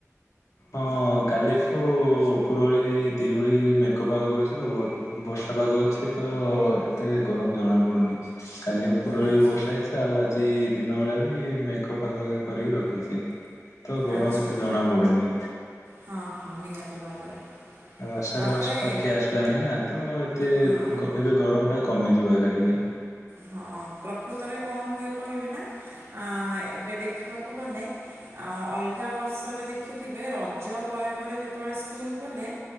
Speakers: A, on the left; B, on the right.
A: ହଁ କାଲି ଠୁ ଉପରବୁଳି ଦିଓଳି ମେଘପାଗ କରିଛି ତ ବ ବର୍ଷା ପାଗ ଅଛି ତ ଏତେ ଗରମ ଜଣାପଡ଼ୁନି କାଲି ଅ ଉପୁରବୁଳି
B: ଆଚ୍ଛା
A: ବି ବର୍ଷା ହେଇଥିଲା ଆଉ ଆଜି ଦିନବେଳା ବି ମେଘ ପାଗ କରିକି ରଖିଛି। ତ ଗରମ
B: ଆଚ୍ଛା
A: ଏତେ ଜଣାପଡ଼ୁନି।
B: ହଁ ହଁ ନିହାତି ଭାବରେ।
A: ଆଉ ଆଷାଢ଼
B: ତାପରେ
A: ମାସ ପାଖେଇ ଆସିଲାଣି ନା ତ ଏତେ
B: ହଁ
A: ଏବେ ଗରମଟା କମିଯିବ ଆଗେ ଟିକେ।
B: ହଁ ପ୍ରକୃତରେ କଣ ହୁଏ କହିବି ନା ଆଁ ଏବେ ଦେଖିବାକୁ ଗଲେ। ଆଉ ଅଲଗା ବର୍ଷରେ ଦେଖିଥିବେ ରଜ ପରେ ପରେ ଯେତେବେଳେ ସ୍କୁଲ ଖୋଲେ।